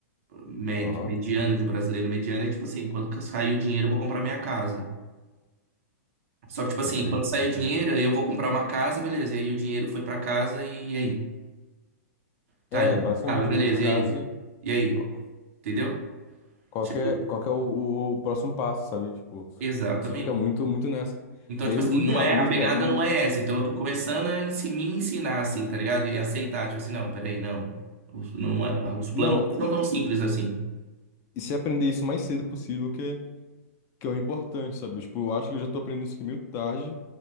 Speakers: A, on the right; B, on the left.
A: med-
B: Aham.
A: mediana, de brasileiro mediano, é tipo assim, quando sair o dinheiro, eu vou comprar minha casa. Só que, tipo assim,
B: Perfeito,
A: quando sair
B: perfeito.
A: o dinheiro, eu vou comprar uma casa, beleza. E aí o dinheiro foi pra casa e aí? Tá,
B: É,
A: eu compro
B: basicamente,
A: casa, beleza,
B: foi pra casa
A: e aí?
B: e.
A: E aí?
B: co-
A: Entendeu?
B: Qual
A: Tipo,
B: que é, qual que é o, o- o próximo passo, sabe? Tipo,
A: exatamente.
B: você fica muito, muito nessa.
A: Então,
B: Daí
A: tipo assim,
B: o ideal
A: não é,
B: mesmo,
A: a pegada
B: cara. Não...
A: não é essa. Então, eu tô começando a ensi- me ensinar, assim, tá ligado? E aceitar, tipo assim, não, peraí, não. Os, não, é- os
B: Não,
A: planos
B: e,
A: não tão simples
B: e-
A: assim.
B: e se aprender isso o mais cedo possível, que, é- que é o importante, sabe? Tipo, eu acho que eu já tô aprendendo isso aqui meio tarde.